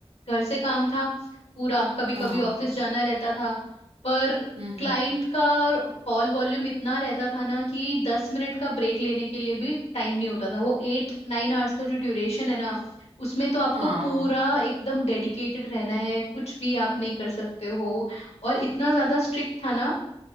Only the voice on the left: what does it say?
घर से काम था पूरा कभी
कभी ऑफिस जाना रहता था पर
क्लाइंट का कॉल वॉल्यूम इतना रहता था ना कि दस मिनट का ब्रेक लेने के लिए भी टाइम नहीं होता था वो एट नाइन आवर्स का जो ड्यूरेशन है ना उसमें तो आपको
पूरा एकदम डेडिकेटेड रहना है कुछ भी आप नहीं कर सकते हो और इतना ज्यादा स्ट्रिक्ट था ना